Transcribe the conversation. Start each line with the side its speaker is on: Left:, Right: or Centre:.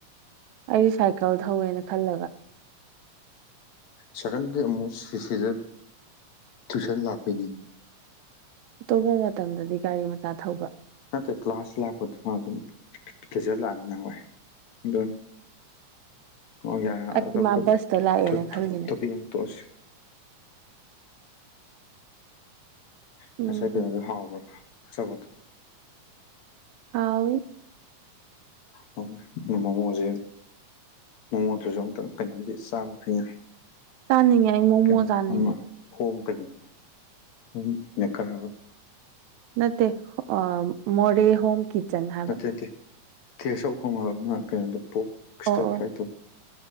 Right: ꯑꯩꯗꯤ ꯁꯥꯏꯀꯜ ꯊꯧꯋꯦꯅ ꯈꯜꯂꯒ꯫
Left: ꯁꯦꯀꯟꯗꯤ ꯑꯃꯨꯛ ꯁꯤꯁꯤꯗ ꯇ꯭ꯨꯏꯁꯟ ꯂꯥꯛꯄꯩꯅꯤ꯫
Right: ꯑꯇꯣꯞꯄ ꯃꯇꯝꯗꯗꯤ ꯒꯥꯔꯤ ꯃꯆꯥ ꯊꯧꯕꯔ꯫
Left: ꯅꯠꯇꯦ ꯀ꯭ꯂꯥꯁ ꯂꯥꯛꯄꯗꯨꯅ ꯑꯗꯨꯝ ꯀꯤꯖꯜ ꯅꯪꯑꯣꯏ ꯑꯗꯨ ꯑꯣ ꯌꯥꯔꯦ
Right: ꯑꯩ
Left: ꯑꯇꯣꯞꯄ
Right: ꯃꯥ ꯕꯁꯇ ꯂꯥꯛꯑꯦꯅ
Left: ꯇꯣꯇꯣ
Right: ꯈꯜꯂꯤꯅꯦ
Left: ꯑꯃ ꯇꯣꯛꯑꯁꯤ
Right: ꯎꯝ
Left: ꯉꯁꯥꯏ ꯀꯅꯣꯗꯣ ꯍꯥꯎꯕ꯭ꯔ ꯑꯆꯥꯄꯣꯠꯇꯣ꯫
Right: ꯍꯥꯎꯏ꯫
Left: <unintelligible> ꯃꯣꯃꯣꯁꯦ ꯃꯣꯃꯣ ꯅꯠꯇꯔꯁꯨ ꯑꯨꯛꯇꯪ ꯀꯩꯅꯣꯝꯗꯤ ꯆꯥꯕ ꯐꯩꯅ꯫
Right: ꯆꯥꯅꯤꯡꯉꯦ ꯑꯩ ꯃꯣꯃꯣ
Left: ꯀꯩꯅꯣ
Right: ꯆꯥꯅꯤꯡꯉꯦ
Left: ꯑꯃ ꯍꯣꯡ ꯀꯅꯧ ꯍꯣꯡ ꯃꯦꯀꯔꯕ
Right: ꯅꯠꯇꯦ ꯑ ꯃꯣꯔꯦ ꯍꯣꯝ꯫ ꯀꯤꯠꯆꯟ ꯍꯥꯏꯕ
Left: ꯅꯠꯇꯦ ꯅꯠꯇꯦ ꯇꯦꯛꯁꯧ ꯐꯪꯉꯕ ꯀꯩꯅꯣꯗꯣ ꯄꯣꯛ ꯏꯁꯇꯔ
Right: ꯑꯣ ꯑꯣ
Left: ꯐ꯭ꯔꯥꯏ ꯇꯧ